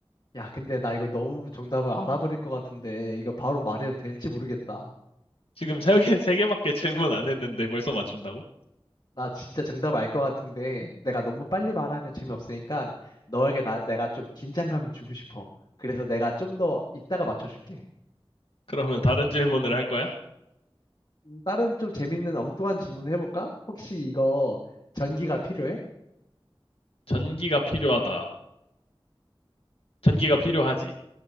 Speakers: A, on the left; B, on the left.
A: 야, 근데 나 이거 너무 정답을 알아버릴 것 같은데 이거 바로 말해도 될지 모르겠다.
B: 지금 세 개, 세 개밖에 <laughs> 질문 안 했는데 벌써 맞춘다고?
A: 나 진짜 정답 알 것 같은데 내가 너무 빨리 말하면 재미없으니까 너에게 나, 내가 좀 긴장감을 주고 싶어. 그래서 내가 좀 더 이따가 맞춰줄게.
B: 그러면 다른 질문을 할 거야?
A: 음, 다른 좀 재밌는 엉뚱한 질문 해볼까? 혹시 이거 전기가 필요해?
B: 전기가 필요하다. 전기가 필요하지.